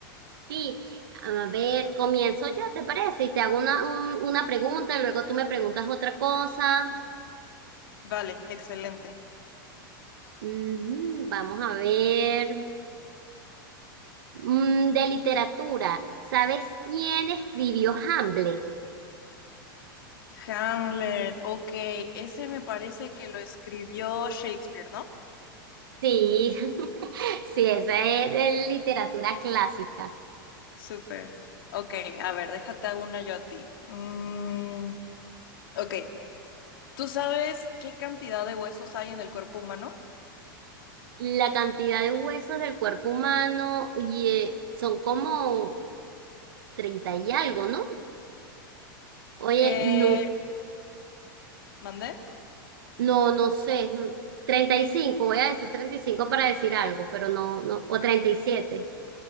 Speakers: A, on the right (about 75°); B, on the left (about 75°).
A: Sí, a ver, comienzo yo, ¿te parece? Y te hago una, un- una pregunta, luego tú me preguntas otra cosa.
B: Vale, excelente.
A: Ujú, vamos a ver. Mm, de literatura, ¿sabes quién escribió Hamlet?
B: Hamlet, ok, ese me parece que lo escribió Shakespeare, ¿no?
A: Sí, <laughs> sí, esa es de literatura clásica.
B: Súper. Ok, a ver, déjate hago una yo a ti. Mm, ok, ¿tú sabes qué cantidad de huesos hay en el cuerpo humano?
A: La cantidad de huesos del cuerpo humano, oye, son como 30 y algo, ¿no? Oye,
B: Eh,
A: no,
B: ¿mandé?
A: no, no sé, mm, 35, voy a decir 35 para decir algo, pero no, no, o 37.